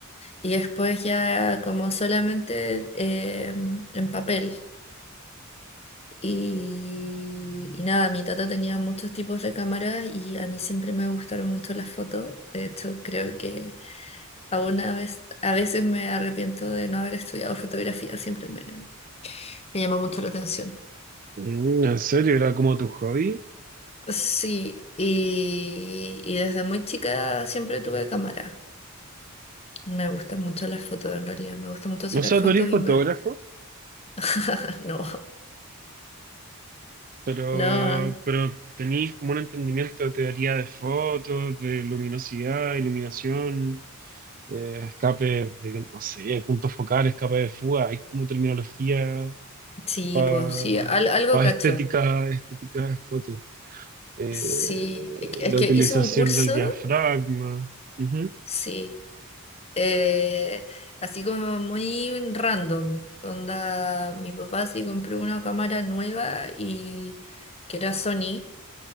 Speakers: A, on the left; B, on the right.
A: Y después ya como solamente em, en papel. Y, y nada, mi tata tenía muchos tipos de cámaras y a mí siempre me gustaron mucho las fotos. De hecho, creo que aún a vez- a veces me arrepiento de no haber estudiado fotografía, siempre me, me llamó mucho la atención.
B: Mm, ¿En serio? ¿Era como tu hobby?
A: Sí, y, y desde muy chica siempre tuve cámara. Me gustan mucho las fotos, en realidad. Me gusta mucho sacar
B: O sea,
A: fotos
B: tú eres fotógrafo,
A: y me... <laughs> No,
B: pero,
A: no,
B: pero tenías como un entendimiento de teoría de fotos, de luminosidad, iluminación, eh, escape de, no sé, punto focal, escape de fuga, hay como terminología
A: sí,
B: para
A: pues sí, al- algo cacho.
B: estética, estética de foto. eh,
A: Sí, es que es
B: la
A: que
B: utilización
A: hice un curso,
B: del diafragma. Ujú.
A: sí. eh, así como muy random. Onda, mi papá sí compró una cámara nueva y que era Sony,